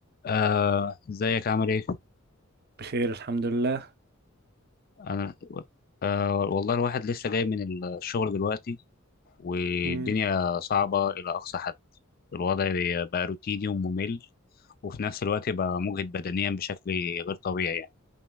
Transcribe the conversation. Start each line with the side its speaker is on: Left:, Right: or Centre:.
Left: آه، ازيك عامل ايه؟
Right: بخير الحمد لله
Left: انا آه، والله الواحد لسه جاي من الشغل دلوقتي والدنيا
Right: امم
Left: صعبة الى اقصى حد الوضع بقى روتيني وممل وفي نفس الوقت بقى مجهد بدنيا بشكل غير طبيعي يعني